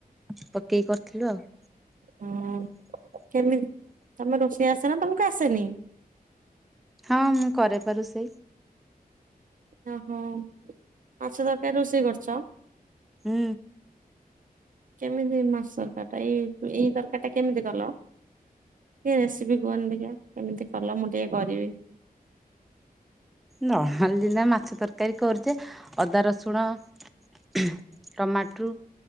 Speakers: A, in the centre; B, on the right.
A: ପକେଇକି କରିଥିଲୁ ଆଉ।
B: ଓହୋ କେମିତି ତମେ ରୋଷେଇ ଆସେନା ତମକୁ ଆସେନି।
A: ହଁ ମୁଁ କରେ ପା ରୋଷେଇ।
B: ଓହୋ ମାଛ ତରକାରି ରୋଷେଇ କରିଛ।
A: ହୁଁ।
B: କେମିତି ମସଲାଟା ଏଇ ଏଇ ତରକାରୀ ଟା କେମିତି କଲ। ଟିକେ ରେସିପି କୁହନି ଟିକେ କେମିତି କଲ ମୁଁ ଟିକେ କରିବି।
A: ନର୍ମାଲ ଯେନ୍ତି ମାଛ ତରକାରୀ କରୁଚେ ଅଦା ରସୁଣ। ଖୁଁ ଟମାଟୁ।